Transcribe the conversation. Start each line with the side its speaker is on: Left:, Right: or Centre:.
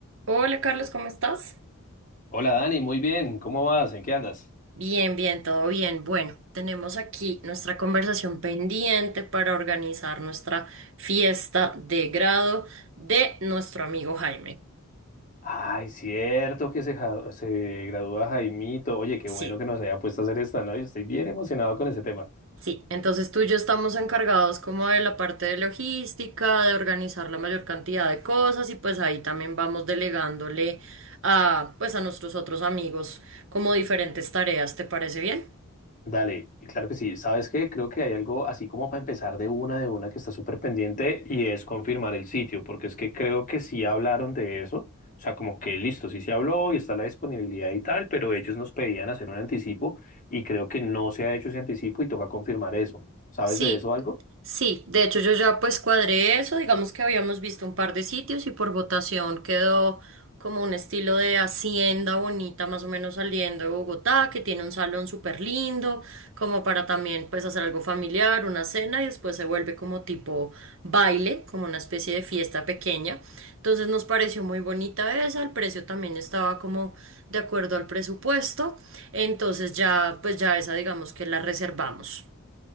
Right: Hola Carlos, ¿cómo estás?
Left: Hola Dani, muy bien, ¿cómo vas? ¿En qué andas?
Right: Bien, bien, todo bien. Bueno, tenemos aquí nuestra conversación pendiente para organizar nuestra fiesta de grado de nuestro amigo Jaime.
Left: Ay, cierto que se, ja- se gradúa Jaimito. Oye, qué
Right: Sí,
Left: bueno que nos haya puesto a hacer esta, ¿no? Yo estoy bien emocionado con ese tema.
Right: sí. Entonces tú y yo estamos encargados como de la parte de logística, de organizar la mayor cantidad de cosas y pues ahí también vamos delegándole a pues a nuestros otros amigos como diferentes tareas. ¿Te parece bien?
Left: Dale, claro que sí. ¿Sabes qué? Creo que hay algo así como para empezar de una de una que está súper pendiente y es confirmar el sitio, porque es que creo que sí hablaron de eso. O sea, como que listo, sí se habló y está la disponibilidad y tal, pero ellos nos pedían hacer un anticipo y creo que no se ha hecho ese anticipo y toca confirmar eso. ¿Sabes
Right: Sí,
Left: de eso algo?
Right: sí, de hecho yo ya pues cuadré eso, digamos que habíamos visto un par de sitios y por votación quedó como un estilo de hacienda bonita más o menos saliendo de Bogotá, que tiene un salón súper lindo, como para también pues hacer algo familiar, una cena y después se vuelve como tipo baile, como una especie de fiesta pequeña. Entonces nos pareció muy bonita esa, el precio también estaba como de acuerdo al presupuesto, entonces ya pues ya esa digamos que la reservamos.